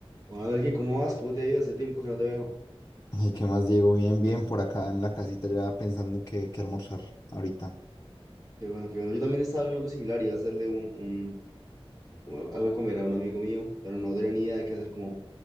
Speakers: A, on the right; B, on the left.
A: Bueno, Melqui, ¿cómo vas? ¿Cómo te ha ido? Hace tiempo que no te veo.
B: ¿Y qué más, Diego? Bien, bien, por acá en la casita ya pensando qué, qué almorzar ahorita.
A: Qué bueno, qué bueno. Yo también estaba en algo similar, iba a hacerle un, un, un- algo de comer a un amigo mío, pero no tenía ni idea de qué hacer. Como,